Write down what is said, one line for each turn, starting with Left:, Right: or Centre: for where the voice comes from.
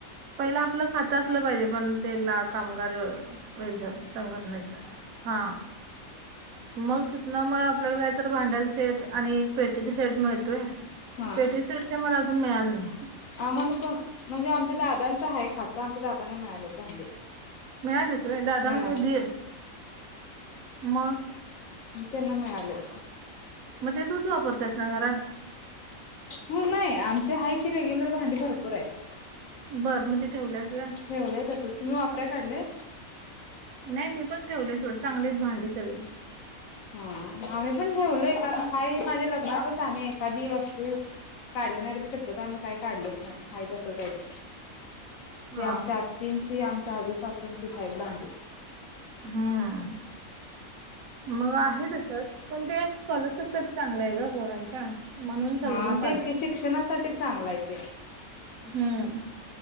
Right: पहिलं आपलं खातं असलं पाहिजे पण त्येला कामगार यो पैच संघटनेच हा, मग तिथन मग आपल्याला काय तर भांड्याच सेट आणि एक पेटीचा सेट मिळतोय,
Left: हा
Right: पेटीचा सेट काय मला अजू जून मिळाला नई
Left: आम्हाला पण म्हणजे आमच्या दादांच हाय खात आमच्या दादांना मिळाल्यात भांडी
Right: मिळालेत होय दादा
Left: मिळाले.
Right: म्हणजे उ दीर मग
Left: म त्यांना मिळालेत
Right: मग ते तूच वापरत्यास ना घरात?
Left: ह नाही आमची आहे ती रेग्युलर भांडी भरपूर आइत,
Right: बर मग ते ठेवल्यास व्हय
Left: ठेवलंय तसच, तुम्ही वापराय काढलय?
Right: नाई मी पण ठेवलय सोड चांगली आईत भांडी सगळी
Left: हा आम्ही पण ठेवलय कारण हाय हि माझ्या लग्नातलच आणि एखादी वस्तू काढलं नाही तर शक्यतो आम्ही काय काढलच नाही हाय तसंच आय ते
Right: हा
Left: ही आमच्या आत्तींची, आमच्या आज सासूंचीच हायत भांडी
Right: हम्म मग आहे तसच पण ते स्कॉलरशिपसाठी चांगलंय ग बोरांच्या म्हणून सगळीजन
Left: हा
Right: काढत्यात.
Left: तेच की शिक्षणासाठी चांगलं आहे ते.
Right: हम्म.